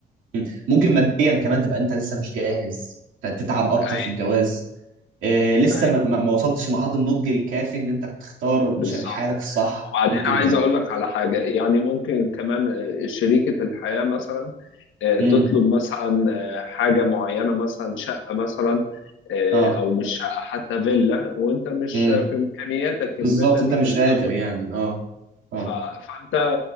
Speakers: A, on the right; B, on the left.
A: مم. ممكن ماديا كمان تبقى انت لسه مش جاهز فتتعب اكتر
B: أي-
A: في الجواز إيه لسه
B: أي،
A: ما, ما ما وصلتش لمرحله النضج الكافي ان انت تختار
B: بالظبط
A: شريك حياتك الصح
B: وبعدين
A: ممكن
B: عايز اقول لك على حاجه يعني ممكن كمان آه، شريكه الحياه مثلا آه،
A: امم
B: تطلب مثلا آه، حاجه معينه مثلا شقه مثلا آه،
A: اه
B: او مش شقه حتى فيلا وانت مش
A: امم
B: في امكانياتك
A: بالظبط
B: الفيلا
A: انت
B: دي
A: مش
B: في الاول
A: قادر يعني اه اه
B: ف- فانت